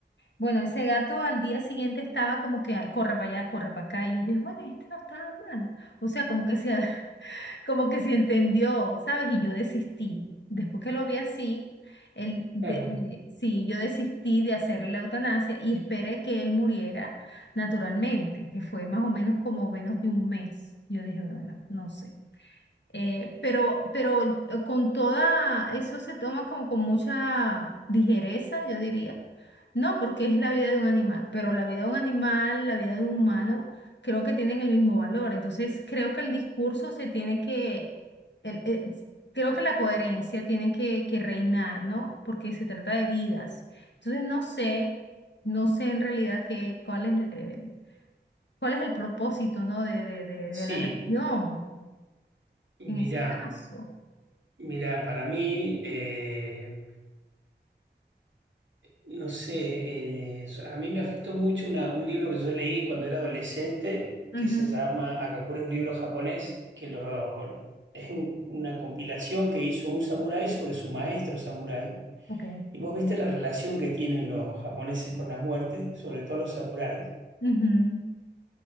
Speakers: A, on the left; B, on the right.
A: Bueno, ese gato al día siguiente estaba como que "Ay, corre para allá, corre para acá. Y yo dije, bueno, este no estaba mal. O sea, como que se, <laughs> como que se entendió, ¿sabes? Y yo desistí. Después que lo vi así, él de-
B: Claro,
A: eh, sí, yo desistí de hacerle la eutanasia y esperé que él muriera naturalmente, que fue más o menos como menos de un mes. Yo dije, bueno, no sé. Eh, pero, pero eh, con toda, eso se toma como con mucha ligereza, yo diría. No, porque es la vida de un animal, pero la vida de un animal, la vida de un humano, creo que tienen el mismo valor. Entonces, creo que el discurso se tiene que, el- eh, s- creo que la coherencia tiene que, que reinar, ¿no? Porque se trata de vidas. Entonces, no sé, no sé en realidad qué, cuál es, eh, cuál es el propósito, ¿no? De, de, de,
B: sí,
A: de la religión en
B: mirá,
A: ese caso.
B: mirá, para mí... eh, No sé, eh, a mí me afectó mucho una- un libro que yo leí cuando era adolescente,
A: Ujú,
B: que se llama Akakure, es un libro japonés, que lo, es un- una compilación que hizo un samurái sobre su maestro samurái.
A: Ok,
B: Y vos viste la relación que tienen los japoneses con la muerte, sobre todo los samuráis,
A: ujú,